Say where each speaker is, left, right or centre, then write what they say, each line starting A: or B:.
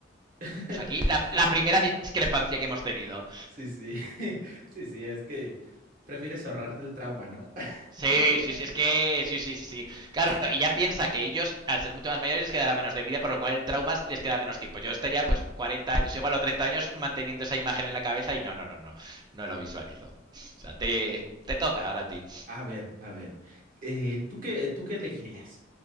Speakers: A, on the right; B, on the right.
A: <laughs>
B: O sea, aquí la, la, primera discrepancia que hemos tenido.
A: Sí, sí, <laughs> sí, sí, es que prefieres ahorrarte el trauma, ¿no? <laughs>
B: Sí, sí, sí, es que. Sí, sí, sí, sí. Claro, y ya piensa que ellos, al ser mucho más mayores, les quedará menos de vida, por lo cual el trauma les queda menos tiempo. Yo estaría, pues, 40 años igual o 30 años manteniendo esa imagen en la cabeza y no, no, no, no. No lo visualizo. O sea, te, te toca ahora a ti.
A: A ver, a ver, eh, ¿tú qué, tú qué elegirías?